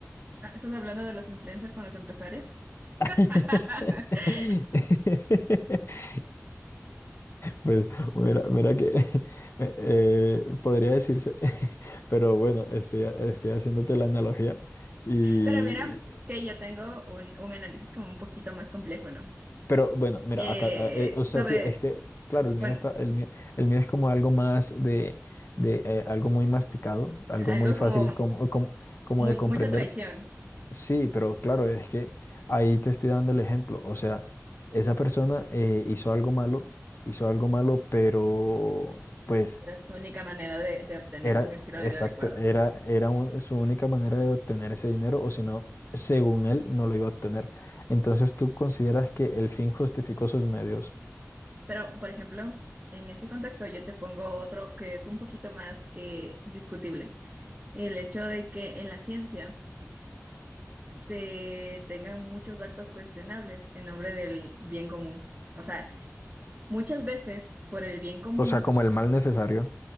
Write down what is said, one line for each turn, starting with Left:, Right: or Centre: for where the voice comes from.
Right: Ah, ¿Estás hablando de los influencers con los empresarios?
Left: <laughs>
Right: <laughs>
Left: Pues mira, mira que <laughs> eh, eh, podría decirse, <laughs> pero bueno, estoy, estoy haciéndote la analogía y,
Right: Pero mira que yo tengo un, un análisis como un poquito más complejo, ¿no?
Left: pero bueno, mira,
Right: Eh,
Left: acá, ah, eh, o sea,
Right: sobre,
Left: sí, es que, claro, el mío
Right: bueno,
Left: está, el mío, el mío es como algo más de, de eh, algo muy masticado, algo
Right: algo
Left: muy fácil
Right: como
Left: como, como, como
Right: mu-
Left: de comprender,
Right: mucha traición.
Left: Sí, pero claro, es que ahí te estoy dando el ejemplo. O sea, esa persona eh, hizo algo malo, hizo algo malo, pero pues
Right: Era su única manera de, de obtener
Left: era
Right: un estilo
Left: exacto,
Right: de vida adecuado.
Left: era, era un- su única manera de obtener ese dinero, o si no, según él, no lo iba a obtener. Entonces tú consideras que el fin justificó sus medios,
Right: Pero, por ejemplo, en ese contexto yo te pongo otro que es un poquito más eh, discutible. El hecho de que en la ciencia se tengan muchos actos cuestionables en nombre del bien común. O sea, muchas veces por el bien común,
Left: o sea, como el mal necesario.